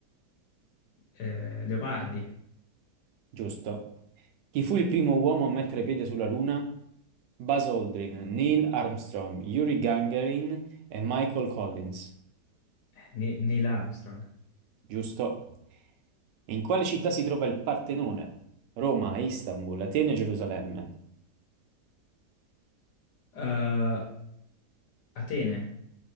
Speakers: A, on the left; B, on the right.
A: Eh, Leopardi?
B: Giusto. Chi fu il primo uomo a mettere piede sulla Luna? Buzz Aldrin, Neil Armstrong, Yuri Gagarin e Michael Collins.
A: Eh, Ni- Neil Armstrong.
B: Giusto. In quale città si trova il Partenone? Roma, Istanbul, Atene e Gerusalemme.
A: Eh, Atene?